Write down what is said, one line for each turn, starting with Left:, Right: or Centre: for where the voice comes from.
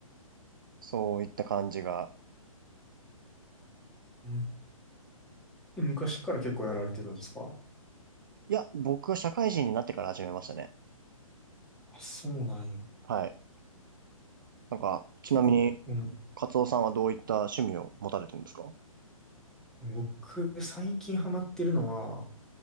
Right: そういった感じが。
Centre: うん。え昔から結構やられてるんですか
Right: いや、僕は社会人になってから始めましたね。
Centre: あ、そうなんや。
Right: はい。なんか、ちなみに、
Centre: 結構、うん
Right: カツオさんはどういった趣味を持たれてるんですか
Centre: 僕、最近ハマってるのは、